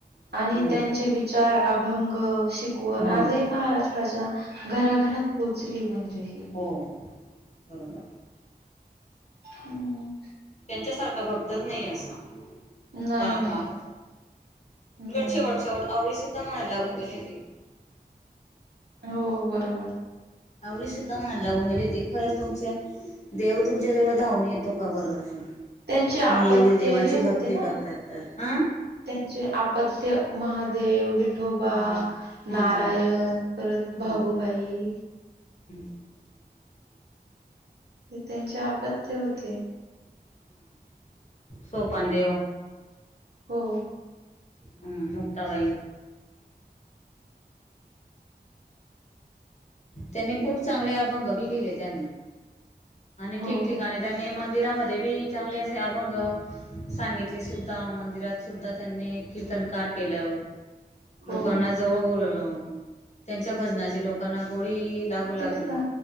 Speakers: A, on the left (about 40°); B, on the right (about 80°).
A: हम्म
B: आणि त्यांचे विचार अभंग शिकवण
A: हो
B: आजही महाराष्ट्राच्या घराघरात पोहोचली म्हणजे ह.
A: हो बरोबर.
B: हम्म.
A: त्यांच्यासारखा बघतच नाही असं.
B: नाही,
A: त क
B: नाही,
A: उलट
B: नाही.
A: शेवट शवट आवडीच. क मनाला लागून गेले.
B: हो बरोबर.
A: आवडी सुद्ध मन लावून गेली ते खरंच तुमचे देव तुमच्या जवळ धावून येत. तो का बर अस
B: त्यांचे
A: तुम्ही
B: अपत्य
A: एवढी देवाची
B: हे होते
A: भक्ती
B: ना.
A: करताात तर हं.
B: त्यांचे आपत्य महादेव वि आठोबा
A: हा हम्म
B: नारायण करत
A: हो
B: भागुबाई
A: <inaudible>
B: हे त्यांचे आपत्य होते.
A: सोपन देव
B: हो.
A: हम् मुक्ताबाई त्यांनी खूप चांगले अभंग बी लिहिले त्यांनी आणि
B: हो,
A: ठीक ठीक आणि त्यांनी म मंदिरामध्येी चांगले असे अभंग सांगितले सुद्धा मंदिरात सुद्धा त्यांनी कीर्तन के लोकांना
B: हो
A: जवळ बोलल त्यांच्या भजनाची लोकांना गोडी लागू लागली
B: तेच ना